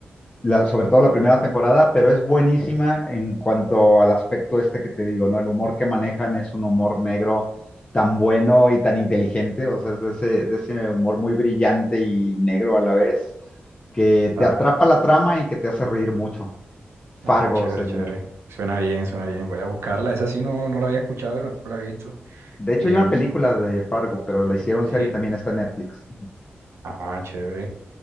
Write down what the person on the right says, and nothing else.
claro.
Ah, chévere,
chévere. Suena bien, suena bien. Voy a buscarla. Esa sí no, no la había escuchado y tampoco la he visto.
Eh,
u-
sí.
Ah, chévere.